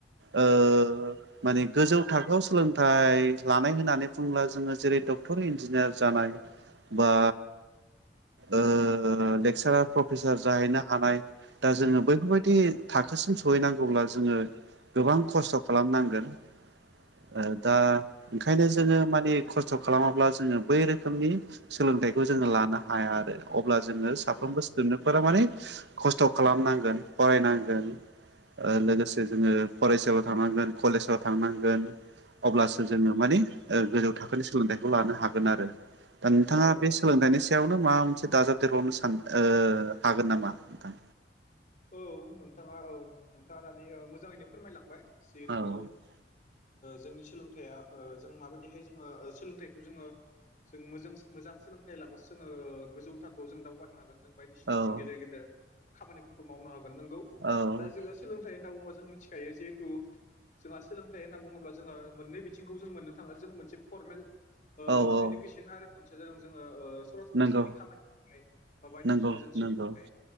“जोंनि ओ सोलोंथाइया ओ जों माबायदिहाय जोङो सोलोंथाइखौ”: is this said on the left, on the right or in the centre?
Left